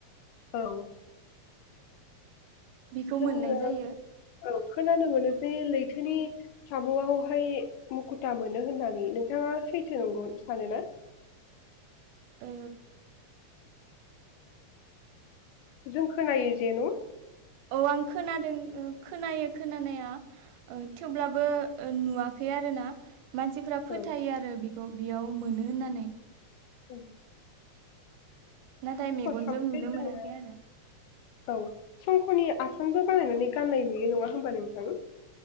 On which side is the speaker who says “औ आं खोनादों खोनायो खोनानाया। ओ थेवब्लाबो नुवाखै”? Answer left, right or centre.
Right